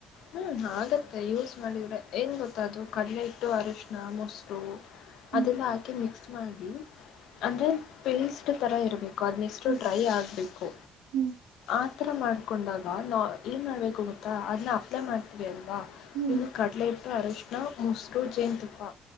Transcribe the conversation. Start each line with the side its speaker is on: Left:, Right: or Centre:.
Left: ಹ್ಮ್ ಆಗತ್ತೆ ಯೂಸ್ ಮಾಡಿದ್ರೆ ಏನ್ ಗೊತ್ತ ಅದು ಕಡಲೆ ಹಿಟ್ಟು ಅರಶಿನ ಮೊಸರು
Right: ಹ್ಮ್
Left: ಅದೆಲ್ಲ ಹಾಕಿ ಮಿಕ್ಸ್ ಮಾಡಿ ಅಂದ್ರೆ ಪೇಸ್ಟ್ ತರ ಇರ್ಬೇಕು. ಅದನ್ನೆಷ್ಟು
Right: ಹ್ಮ್
Left: ಡ್ರೈ ಆಗಬೇಕು
Right: ಹ್ಮ್
Left: ಆಥರ ಮಾಡ್ಕೊಂಡ ಗಾ ನಾ ಏನ್ ಮಾಡ್ಬೇಕು ಗೊತ್ತಾ ಅದನ್ನ ಅಪ್ಲೈ ಮಾಡ್ತೀವಿ ಅಲ್ವಾ
Right: ಹ್ಮ್
Left: ಇನ್ನು ಕಡಲೆ ಹಿಟ್ಟು ಅರಿಸಿನಾ ಮೊಸರು ಜೇನತುಪ್ಪಾ.